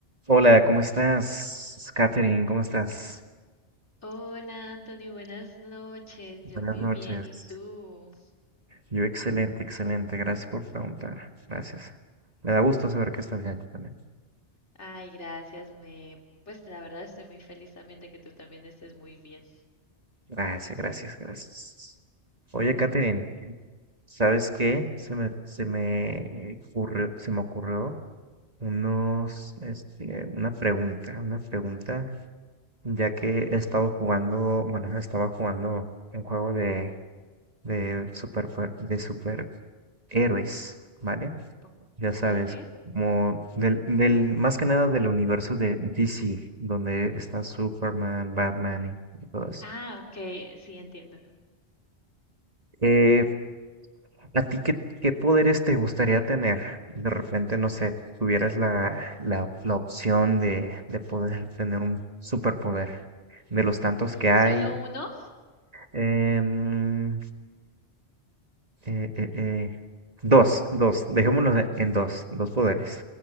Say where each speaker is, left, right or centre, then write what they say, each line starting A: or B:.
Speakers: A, on the right; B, on the left.
A: Hola, ¿cómo estás? Katherine, ¿cómo estás?
B: Hola Anthony, buenas noches.
A: Buenas
B: Yo muy
A: noches.
B: bien, ¿y tú?
A: Yo excelente, excelente. Gracias por preguntar. Gracias. Me da gusto saber que estás bien también.
B: Ay, gracias, me pues la verdad estoy muy feliz también de que tú también estés muy bien.
A: Gracias, gracias, gracias. Oye, Katherine, ¿sabes qué? Se me, se me eh, ocurrió, se me ocurrió unos, este, una pregunta, una pregunta, ya que he estado jugando, bueno, estaba jugando un juego de, de super, de superhéroes, ¿vale?
B: Oh,
A: ya
B: dale.
A: sabes, como del, del, más que nada del universo de DC, donde está Superman, Batman y, y todo eso.
B: Ah, ok, sí entiendo.
A: Eh, ¿a ti qué, qué poderes te gustaría tener? De repente, no sé, tuvieras la, la, la opción de, de poder tener un superpoder de los tantos que hay.
B: ¿Solo uno?
A: em, eh, eh, eh, dos, dos, dejémoslo en dos, dos poderes,